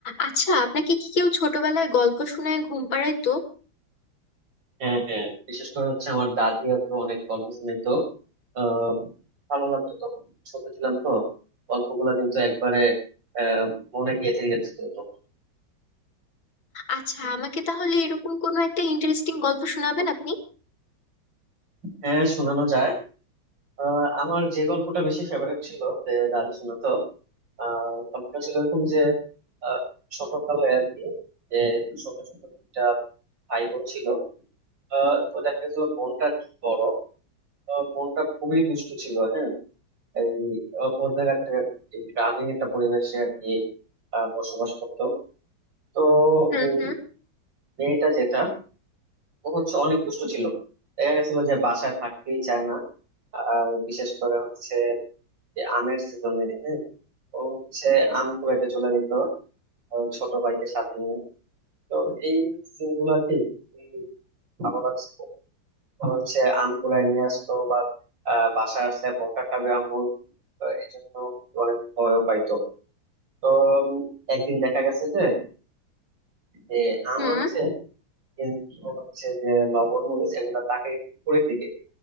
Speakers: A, on the left; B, on the right.
A: আচ্ছা আপনাকে কি কেউ ছোটবেলায় গল্প শোনায় ঘুম পাড়ায় তো
B: হ্যাঁ হ্যাঁ বিশেষ করে হচ্ছে আমার দাদি আর কি অনেক গল্প শুনাইতো আহ ভালো লাগতো তখন ছোট ছিলাম তো গল্পগুলা কিন্তু একবারে আহ মনে গেঁথে গেছিল তখন
A: আচ্ছা আমাকে তাহলে এরকম কোনো একটা ইন্টারেস্টিং গল্প শোনাবেন আপনি
B: হ্যাঁ শোনানো যায় আহ আমার যে গল্পটা বেশি ফেভারিট ছিল যে দাদি শোনাতো আহ গল্পটা ছিল এরকম যে আহ ছোটকালে আর কি যে ছোট ছোট দুইটা ভাই বোন ছিল আহ তো দেখা গেছিল বোনটা আর কি বড় আহ, বোনটা খুবই দুষ্টু ছিল হ্যাঁ এই ও- ওদের একটা এই গ্রামীণ একটা পরিবেশে আর কি আহ, বসবাস করতো তো
A: হুম
B: এই
A: হুম
B: মেয়েটা যেটা ও হচ্ছে অনেক দুষ্টু ছিল দেখা গেছিল যে বাসায় থাকতেই চায় না আর বিশেষ করে হচ্ছে যে আমের সিজনে হ্যাঁ ও হচ্ছে আম কুড়াইতে চলে যেত আহ, ছোট ভাইকে সাথে নিয়ে তো এই সিনগুলো আর কি খুবই ভালো লাগছে ও হচ্ছে আম কুড়াই নিয়ে আসতো বা আহ, বাসায় আসলে বকা খাবে আম্মুর তো এই জন্য অনেক ভয়ও পাইতো তো উম, একদিন দেখা গেছে যে যে আম
A: হুম
B: আনছে কিন্তু হচ্ছে যে লবণ মরিচ এগুলা তাকে একটু উপরের দিকে